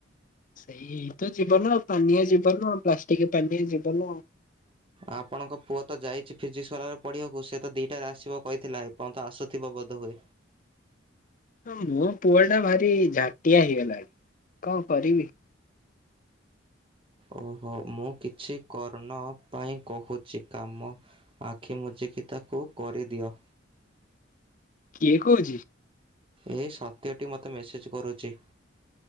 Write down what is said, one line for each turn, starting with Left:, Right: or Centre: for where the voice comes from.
Left: ଏଇ ତ ଜୀବନ ପାନିଆ ଜୀବନ ପ୍ଲାଷ୍ଟିକ ପାନୀଆ ଜୀବନ।
Right: ଆପଣଙ୍କ ପୁଅ ତ ଯାଇଚି ଫିଜିକ୍ସ ୱାଲାରେ ପଢ଼ିବାକୁ ସିଏ ତ ଦିଇଟାରେ ଆସିବ କହିଥିଲା ଏ ପର୍ଯ୍ୟନ୍ତ ଆସୁଥିବ ବୋଧହୁଏ।
Left: ହଁ ମୋ ପୁଅ ଟା ଭାରି ଝାଟିଆ ହେଇଗଲାଣି କଣ କରିବି?
Right: ଓହୋ ମୁଁ କିଛି କର୍ଣ୍ଣ ପାଇଁ କହୁଛି କାମ ଆଖି ମୁଜିକି ତାକୁ କରିଦିଅ।
Left: କିଏ କହୁଛି?
Right: ଏ ସତ୍ୟଟି ମୋତେ ମେସେଜ୍ କରୁଚି।